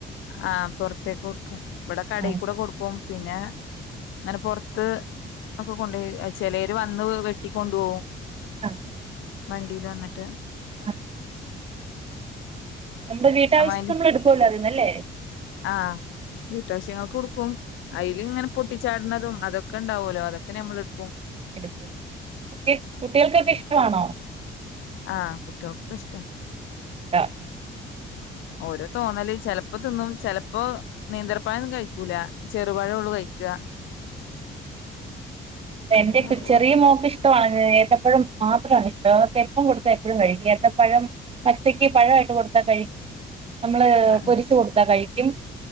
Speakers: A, on the left; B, on the right.
A: ആ പൊറത്തേക്ക് കൊടുക്കാം ഇവിടെ കടയിക്കൂടെ
B: ആഹ്
A: കൊടുക്കും പിന്നെ അങ്ങനെ പുറത്ത് ഒക്കെ കൊണ്ടു ചിലര് വന്ന് വെട്ടിക്കൊണ്ടെ പോകും
B: ആ
A: വണ്ടീൽ വന്നിട്ട്
B: ആ നമ്മുടെ വീട്ടാവശ്യത്തിനെ
A: അമാതിരി
B: നമ്മളെ ടുക്കൂല്ലതെ നല്ലേ
A: ആ വീട്ടാശ്യങ്ങൾക്ക് കൊടുക്കും അയിലിങ്ങനെ പൊട്ടി ചാടന്നതും അതൊക്കെ ഉണ്ടാവുമല്ലോ അതൊക്കെ ഞമ്മളെടുക്കും
B: എടുക്കും കുട്ടി കുട്ടികൾക്കൊക്കെ ഇഷ്ട്ടാവണോ
A: ആ കുട്ട്യോൾക്ക് ഇഷ്ട്ടാ
B: <unintelligible>
A: ഓരോ തോന്നല് ചെലപ്പോ തിന്നും ചെലപ്പോ നേന്ത്രപ്പയോംന്നും കഴിക്കൂല ചെർ <unintelligible>
B: അത
A: അങ്ങനെ
B: എന്റെയിപ്പാ
A: ഓ
B: ചെറിയ മോക്ക് ഇഷ്ട ഏ ഏത്തപ്പഴം മാത്രമാണ് ഇഷ്ടം അവൾക്ക് എപ്പം കൊടുത്താ എപ്പഴും കഴിക്കും ഏത്തപ്പഴം പച്ചക്ക് പഴാ യിട്ട് കൊടുത്താൽ കഴിക്കും നമ്മള്
A: ആ
B: പൊരിച്ചു കൊടുത്താ കഴി <unintelligible>